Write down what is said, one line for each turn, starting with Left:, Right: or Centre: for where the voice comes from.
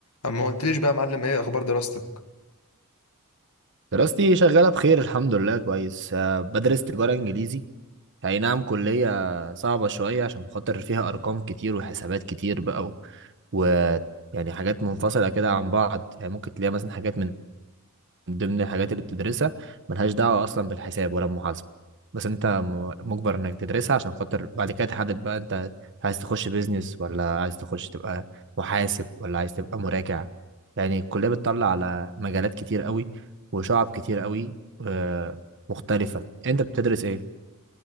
Left: اما ما قلتليش بقى يا معلم ايه اخبار دراستك
Right: دراستي شغالة بخير الحمد لله كويس آه، بدرس تجارة إنجليزي أي نعم كلية صعبة شوية عشان خاطر فيها أرقام كتير وحسابات كتير بقى و... و... يعني حاجات منفصلة كده عن بعض يعني ممكن تلاقي مثلا حاجات من من ضمن الحاجات اللي بتدرسها ملهاش دعوة أصلا بالحساب ولا المحاسبة بس أنت م- مجبر إنك تدرسها عشان خاطر بعد كده تحدد بقى أنت عايز تخش بيزنس ولا عايز تخش تبقى محاسب ولا عايز تبقى مراجع يعني الكلية بتطلع على مجالات كتير قوي وشعب كتير قوي آه، مختلفة أنت بتدرس إيه؟